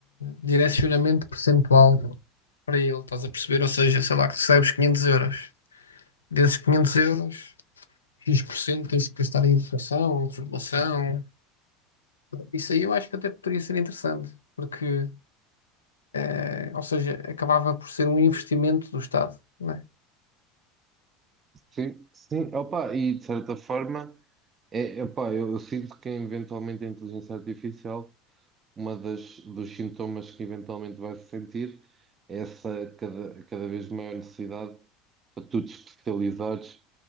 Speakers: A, on the left; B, on the right.
A: direcionamento percentual para ele, estás a perceber? Ou seja, sei lá, que recebes 500 euros. Desses 500 euros, X% tens que gastar em educação, em formação. Isso aí eu acho que até poderia ser interessante, porque, eh, ou seja, acabava por ser um investimento do Estado, não é?
B: Sim, sim. Opa, e, de certa forma, é, epá, eu, eu sinto que, eventualmente, a inteligência artificial uma das, dos sintomas que eventualmente vai se sentir é essa cada, cada vez maior necessidade para tu te especializares